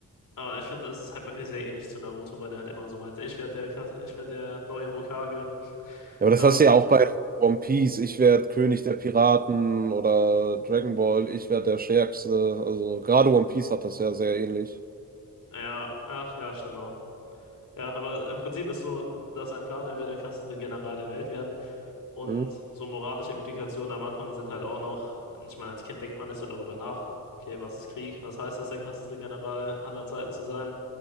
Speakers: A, on the left; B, on the right.
A: Aber ich finde, es ist halt wirklich sehr ähnlich zu Naruto, weil der halt immer so meinte, ich werde der, Krass- ich werde der neue Hokage.
B: Ja, aber das
A: Ähm,
B: hast du ja auch bei One Piece. Ich werde König der Piraten oder Dragon Ball. Ich werde der Stärkste. Also gerade One Piece hat das ja sehr ähnlich.
A: ja, ja, ja, stimmt auch. Ja, aber im Prinzip ist so, dass sein Plan, er will der krasseste General der Welt werden. Und
B: Hm?
A: so moralische Implikationen am Anfang sind halt auch noch, ich meine, als Kind denkt man nicht so darüber nach. Okay, was ist Krieg? Was heißt das, der krasseste General aller Zeiten zu sein?